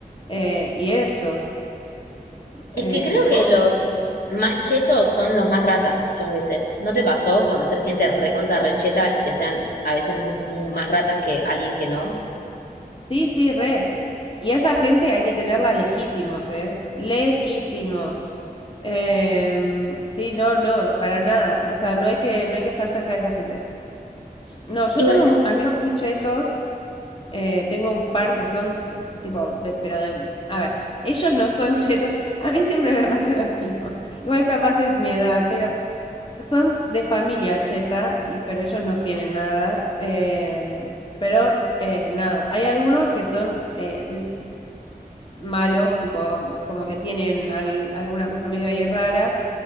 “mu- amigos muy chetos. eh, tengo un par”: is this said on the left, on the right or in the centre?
Left